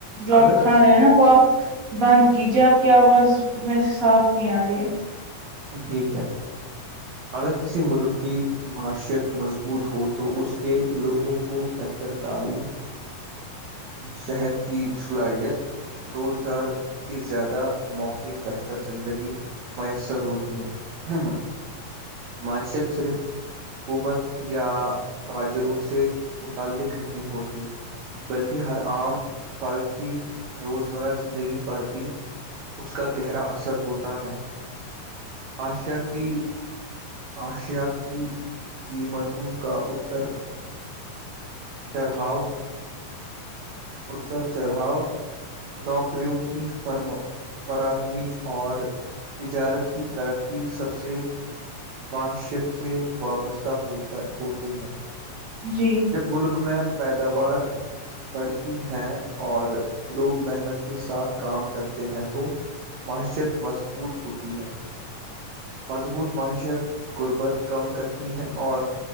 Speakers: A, on the right (about 30°); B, on the right (about 70°).
A: جو آپ
B: اگر
A: کھا ہے نا وہ آپ بند کیجے آپ کی آواز ویسے صاف نہیں آ رہی ہے
B: ٹھیک ہے اگر کسی ملک کی معیشت مضبوط ہو تو اس کے لوگوں کو بہتر تعلیم
A: <inaudible>
B: صحت کی صلاحیت روزگار کے زیادہ موقع بہتر زندگی میسر ہو تی ہے ہاں ہاں معیشت صرف حکومت یا تاجروں سے متعلق نہیں ہوتی بلکہ ہر عام فرد کی روزمرہ زندگی پر بھی اس کا گہرا اثر ہوتا ہے آشیا کی آشیا کی قیمتوں کا اتر چڑھاؤ اتر چڑھاؤ نوکریوں کی فرم فراہمی اور تجارت کی ترقی سب سے معشت سے وابستہ ہوتا ہوتے ہیں
A: جی
B: جب ملک میں پیداوار بڑتی ہیں اور لوگ محنت کے ساتھ کام کرتے ہیں تو معیشت مضبوط ہوتی ہے مضبوط معیشت غربت کم کرتی ہے اور